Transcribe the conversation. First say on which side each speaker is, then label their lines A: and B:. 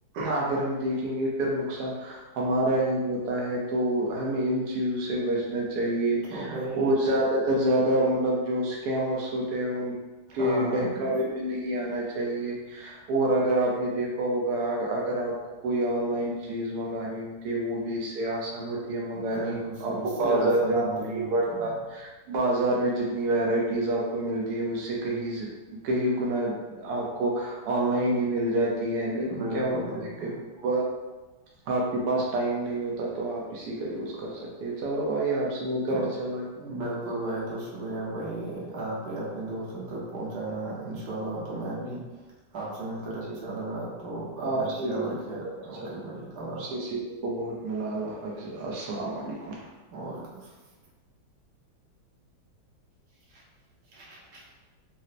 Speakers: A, on the right (about 80°); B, on the right (about 60°).
A: اگر ہم دیکھیں گے پھر نقصان ہمارا ہی ہوتا ہے تو ہمیں ان چیزوں سے بچنا چاہے
B: تو بھائی
A: اور زیادہ تر زیادہ مطلب جو اسکیمرس ہوتے ہیں ان کہ
B: ہاں ہاں
A: بہکوے
B: بھائی
A: میں نہیں آنا چاہیے اور اگر آپ نے دیکھا ہوگا اگر آپ کو کوئی آن لائن چیز منگانی ہوتی وہ بھی اس سے آسان ہوتی چٹیاں منگانی
B: بالکل صحیح
A: آپ کو
B: اس سے
A: بازار
B: آسان
A: جانا
B: زندگی
A: نہیں
B: ہوتی
A: پڑتا
B: ہے
A: بازار میں جتنی ویرائٹیز آپ کو ملتی ہے اس سے کہ کہی گنا آپ کو آن لائن ہی مل جاتی ہے لیکن
B: بالکل
A: کیا ہوتا
B: بالکل
A: ہے کبھیار آپ کے پاس ٹائم نہیں ہوتا تو آپ اسسی کا یوز کر سکتے ہیں چلو بھائی آپ سے مل کر
B: تو
A: اچھا لگ
B: بالکل بھائی تو شکریہ بھائی آپ ہی اپنے دوستوں تک پہنچانا ان شاء اللہ تو میں ابھی آپ سے مل کر اچھا
A: جی
B: لگا تو اپنا
A: آپ سے
B: خیال
A: بھی مل
B: رکھے
A: کر اچھا
B: اوکے بھائی اللہ
A: آپ
B: حافظ
A: سے سیکھنے بہت ملا اللہ حافظ السلام علیکم
B: وعلیکم السلام <inaudible>